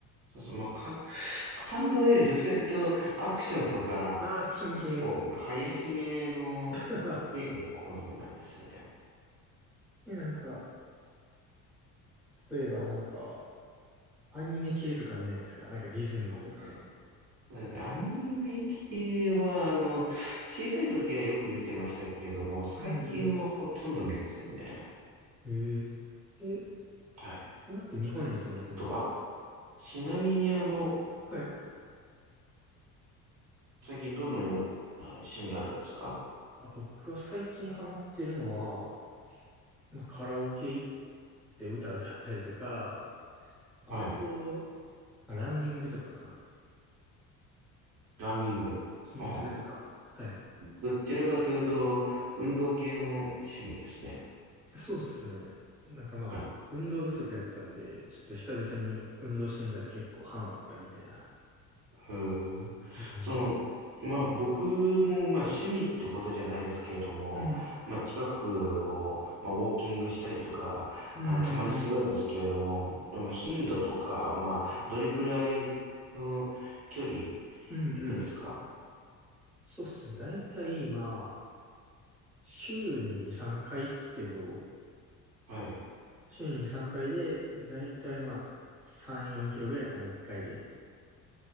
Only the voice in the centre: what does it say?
ああー、アクション系。
<laughs>
え、なんか、例えばなんか、アニメ系とか見ないですかなんかディズニーとかの。
うんうん。ええ、え、
今って日本に住まれてますか
はい。
あ、僕は最近ハマってるのは、まあ、カラオケ行って歌歌ったりとか、あと、
まあ、ランニングとかかな。
筋トレとか。
はい。
そうっすね。なんかまあ、
運動不足やったんで、ちょっと久々に運動してみたら結構ハマったみたいな。
うん。
うん。
うん。
うん。
うんそうっすね。だいたいまあ、週に2、3回っすけど、
週に2、3回で、だいたいまあ、3、4キロぐらいかな、1回で